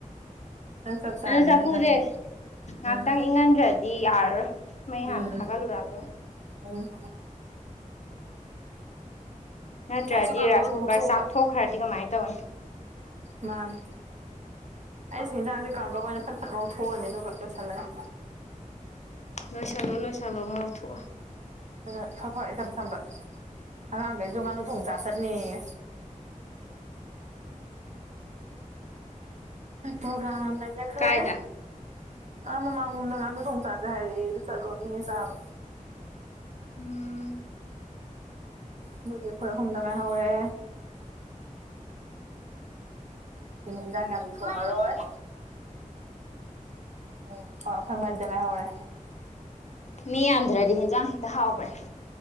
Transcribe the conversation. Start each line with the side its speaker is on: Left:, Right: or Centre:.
Right: ꯅꯪ ꯆꯞ ꯆꯥꯔꯦꯅꯦ
Left: ꯑꯣ ꯆꯐꯨꯁꯦ
Right: ꯅꯪ
Left: ꯉꯥꯏꯍꯥꯛꯇꯪ
Right: ꯎꯝ
Left: ꯏꯪꯍꯟꯗ꯭ꯔꯗꯤ ꯌꯥꯔꯔꯣꯏ ꯃꯩ
Right: ꯎꯝ
Left: ꯍꯥꯟꯅ ꯊꯥꯒꯠꯂꯨꯔꯕꯅꯤꯅ
Right: ꯎꯝ
Left: ꯅꯠꯇ꯭ꯔꯗꯤ
Right: ꯑꯩꯁꯨ ꯀꯥꯡꯈꯧ
Left: ꯔꯥꯏꯁ
Right: ꯑꯃꯨꯛ
Left: ꯀꯨꯀꯔ
Right: ꯊꯣꯛꯑꯒ
Left: ꯆꯥꯛꯊꯣꯛꯈ꯭ꯔꯗꯤ ꯀꯃꯥꯏꯅ ꯇꯧꯅꯤ
Right: ꯃꯥꯅꯦ ꯑꯩꯁꯨ ꯌꯦꯟꯖꯥꯡꯁꯦ ꯀꯥꯡꯉꯧ ꯑꯣꯏꯅ ꯐꯠ ꯐꯠ ꯉꯧꯊꯣꯛꯑꯅꯤ ꯑꯗꯨꯒ ꯂꯣꯏꯁꯜꯂꯅꯤ
Left: ꯂꯣꯏꯁꯤꯜꯂꯣ ꯂꯣꯏꯁꯤꯜꯂꯣ ꯉꯥꯎꯊꯣꯛꯑꯣ
Right: ꯑꯗꯨꯅ ꯐꯠ ꯐꯠ ꯁꯥꯝꯕ ꯑꯉꯥꯡꯈꯩꯁꯨ ꯉꯥꯅꯨ ꯊꯣꯡ ꯆꯥꯥ ꯆꯠꯅꯤꯌꯦ ꯄ꯭ꯔꯣꯒꯔꯥꯝ ꯌꯥꯝ ꯂꯩꯅꯈ꯭ꯔꯦ
Left: ꯀꯥꯏꯗ
Right: ꯑꯥ ꯃꯃꯥꯡꯂꯣꯝꯗ ꯉꯥꯅꯨ ꯊꯣꯡ ꯆꯥꯖꯦ ꯍꯥꯏꯔꯛꯑꯦ ꯑꯗꯨ ꯆꯠꯂꯨꯅꯤꯌꯦ ꯆꯥꯕ
Left: ꯎꯝ
Right: ꯑꯗꯨꯒꯤ ꯑꯩꯈꯣꯏ ꯍꯨꯝꯗ ꯉꯥꯏ ꯍꯧꯔꯦ ꯑꯗꯨꯅ ꯏꯟꯖꯥꯡ ꯌꯥꯝ ꯊꯣꯡꯉꯔꯣꯏ ꯎꯝ ꯍꯣꯏ ꯑꯩꯈꯣꯏ ꯃꯔꯤꯗ ꯉꯥꯏ ꯍꯧꯔꯦ
Left: ꯃꯤ ꯌꯥꯝꯗ꯭ꯔꯗꯤ ꯍꯦꯟꯖꯥꯡ ꯍꯦꯛꯇ ꯍꯥꯎꯕꯅꯦ